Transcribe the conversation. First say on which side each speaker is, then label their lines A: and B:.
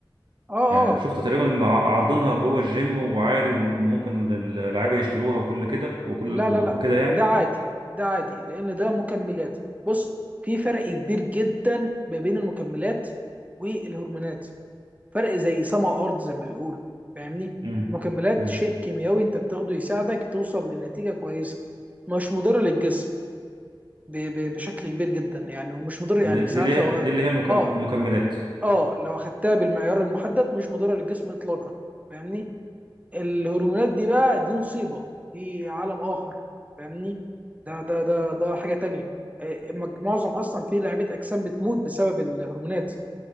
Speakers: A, on the right; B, on the right.
A: اه اه
B: يعني أنا شفت تقريبا ع- عارضينها جوه الجيم وعادي وممكن اللعيبة يشتروها وكل كده وكل
A: لا
B: و-
A: لا لا
B: وكده يعني
A: ده عادي ده عادي لان ده مكملات بص في فرق كبير جدا ما بين المكملات والهرمونات فرق زي سما وارض زي ما بيقولوا فاهمني
B: امم
A: المكملات
B: امم
A: شيء كيميائي انت بتاخده يساعدك توصل لنتيجة كويسة مش مضر للجسم ب ب بشكل كبير جدا يعني ومش مضر يعني
B: دي دي
A: ساعات
B: اللي
A: لو
B: دي اللي هي المكم...
A: اه
B: المكملات
A: اه لو اخدتها بالمعيار المحدد مش مضرة للجسم اطلاقا فاهمني الهرمونات دي بقى دي مصيبه دي عالم اخر فاهمني ده ده ده ده حاجه تانية آه، مج- معظم اصلا في لعيبه اجسام بتموت بسبب الهرمونات